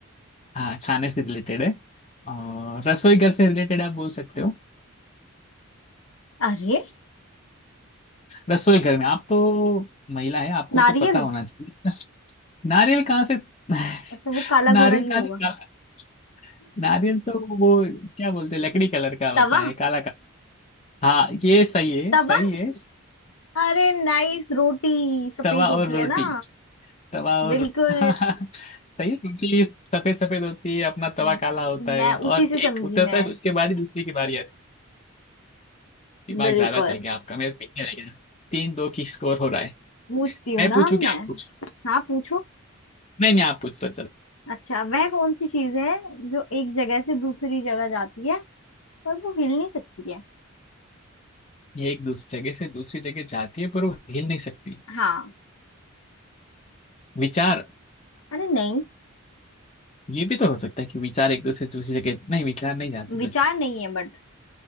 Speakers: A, on the left (about 30°); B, on the left (about 75°).
A: हाँ खाने से रिलेटेड है और रसोई घर से रिलेटेड आप बोल सकते हो
B: अरे
A: रसोई घर में आप तो महिला है आपको
B: नारियल
A: तो पता होना चाहिए नारियल कहाँ से <laughs>
B: अच्छा वो काला घोड़ा
A: नारियल
B: क्यों
A: कहाँ
B: होगा
A: से काला नारियल तो वो क्या बोलते हैं लकड़ी कलर का होता
B: तवा
A: है काला का हाँ ये सही है
B: तवा
A: सही है
B: अरे नाइस रोटी सफेद
A: तवा
B: होती
A: और रोटी
B: है ना
A: तवा और
B: बिल्कुल
A: रो- <laughs> सही है क्योंकि सफेद सफेद होती है अपना तवा
B: मैं
A: काला होता है और
B: उसी से समझी
A: एक उतरता
B: मैं
A: है उसके बाद ही दूसरी की बारी आती है दिमाग
B: बिल्कुल
A: ज्यादा चल गया आपका मेरे पीछे रह गया तीन दो की स्कोर हो रहा है
B: पूछती हूँ
A: मैं
B: ना
A: पूछू
B: मैं
A: क्या आप पूछो
B: हाँ पूछो
A: नहीं नहीं आप पूछ तो
B: अच्छा वह कौन सी चीज है जो एक जगह से दूसरी जगह जाती है पर वो हिल नहीं सकती है
A: ये एक दूसरी जगह से दूसरी जगह जाती है पर वो हिल नहीं सकती
B: हाँ
A: विचार
B: अरे नहीं
A: ये भी तो हो सकता है कि विचार एक दूसरे से दूसरी जगह नहीं विचार नहीं जाते
B: विचार
A: वैसे
B: नहीं है बट